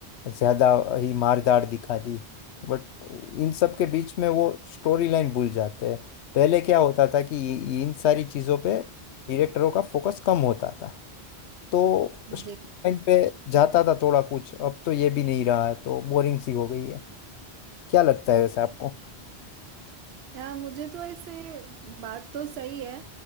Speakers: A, on the left (about 90°); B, on the right (about 70°).
A: ज़्यादा ही मारदार दिखा दी बट इन सब के बीच में वो स्टोरी लाइन भूल जाते हैं पहले क्या होता था कि इन सारी चीज़ों पे डायरेक्टरों का फोकस कम होता था तो टाइम
B: जी
A: पे जाता था थोड़ा कुछ अब तो ये भी नहीं रहा है तो बोरिंग सी हो गई है क्या लगता है वैसे आपको
B: या मुझे तो ऐसे बात तो सही है